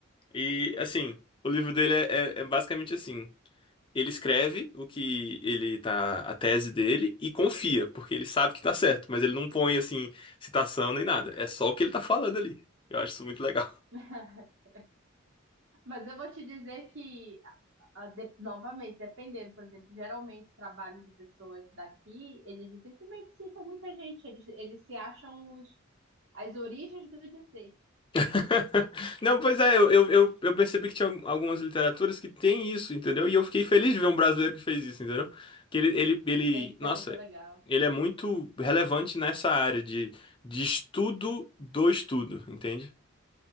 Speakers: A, on the left; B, on the right.
A: E, assim, o livro dele é, é é basicamente assim. Ele escreve o que ele tá, a tese dele e confia, porque ele sabe que tá certo, mas ele não põe assim citação nem nada. É só o que ele tá falando ali. Eu acho isso muito legal.
B: <laughs> Mas eu vou te dizer que Ah, de- novamente, dependendo, por exemplo, geralmente trabalho de pessoas daqui, eles dificilmente citam muita gente, eles, eles se acham os, as origens do dizer.
A: <laughs> Não, pois é, eu, eu, eu eu percebi que tinha algumas literaturas que tem isso, entendeu? E eu fiquei feliz de ver um brasileiro que fez isso, entendeu? Que ele, ele, ele,
B: É, isso
A: nossa,
B: é muito legal,
A: ele é muito relevante nessa área de, de estudo do estudo, entende?